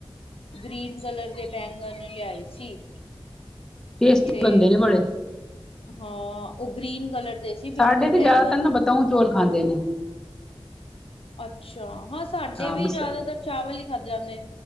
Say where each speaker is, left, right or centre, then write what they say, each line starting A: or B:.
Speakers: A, on the left; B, in the centre.
A: ਗ੍ਰੀਨ ਕਲਰ ਦੇ ਬੈਂਗਣ ਲਿਆਏ ਸੀ।
B: ਟੇਸਟੀ
A: ਤੇ
B: ਬਣਦੇ ਨੇ ਬੜੇ।
A: ਹਾਂ ਓ ਗ੍ਰੀਨ ਕਲਰ ਦੇ ਸੀ
B: ਸਾਡੇ
A: ਬਿਲਕੁਲ
B: 'ਤੇ
A: ਬੈਂਗਨ
B: ਜ਼ਿਆਦਾਤਰ ਨਾ ਬਤਾਉ, ਚੌਲ ਖਾਂਦੇ ਨੇ।
A: ਅੱਛਾ ਹਾਂ ਸਾਡੇ
B: ਹਾਂ
A: ਵੀ
B: ਬਸ
A: ਜ਼ਿਆਦਾਤਰ ਚਾਵਲ ਈ ਖਾਂਦੇ ਜਾਂਦੇ।